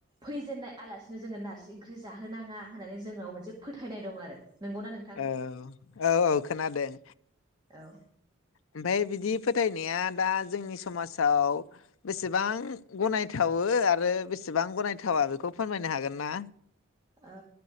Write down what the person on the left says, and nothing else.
औ औ औ खोनादों
ओमफ्राय बिदि, फोथायनाया दा जोंनि समाजाव बेसेबां गनायथावो आरो बेसेबां गनायथावा बेखौ फोरमायनो हागोन ना?